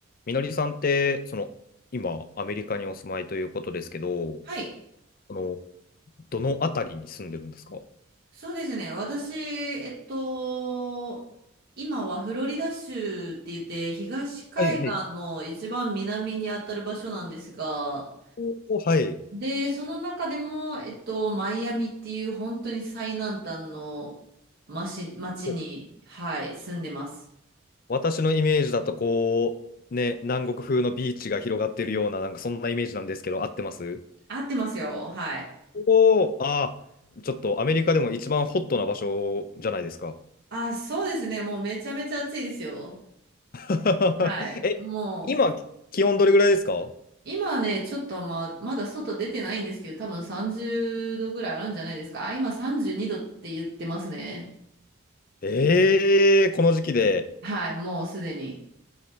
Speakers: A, on the left; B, on the right.
A: みのりさんって、その、今、アメリカにお住まいということですけど、
B: はい。
A: その、どのあたりに住んでるんですか
B: そうですね。私、えっと、今はフロリダ州って言って、東海岸の一番南にあたる場所なんですが、
A: はいはい。おーはい。
B: で、その中でも、えっと、マイアミっていう本当に最南端の町、町に、
A: お
B: はい、住んでます。
A: 私のイメージだと、こう、ね、南国風のビーチが広がってるような、なんかそんなイメージなんですけど、合ってます
B: 合ってますよ。はい。
A: おおー、ああ、ちょっとアメリカでも一番ホットな場所じゃないですか。
B: あ、そうですね。もうめちゃめちゃ暑いですよ。
A: <laughs>
B: はい。
A: え、
B: もう、
A: 今、気温どれぐらいですか
B: 今はね、ちょっとまあ、まだ外出てないんですけど、多分30度ぐらいあるんじゃないですか。あ、今32度って言ってますね。
A: ええー、この時期で。
B: はい、もうすでに。